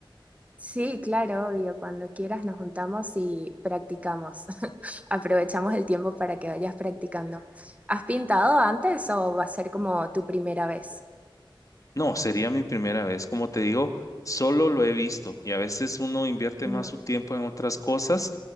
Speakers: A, on the right; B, on the left.
A: Sí, claro, obvio. Cuando quieras nos juntamos y practicamos. <laughs> Aprovechamos el tiempo para que vayas practicando. ¿Has pintado antes o va a ser como tu primera vez?
B: No, sería mi primera vez. Como te digo, solo lo he visto y a veces uno invierte
A: Ujú,
B: más su tiempo en otras cosas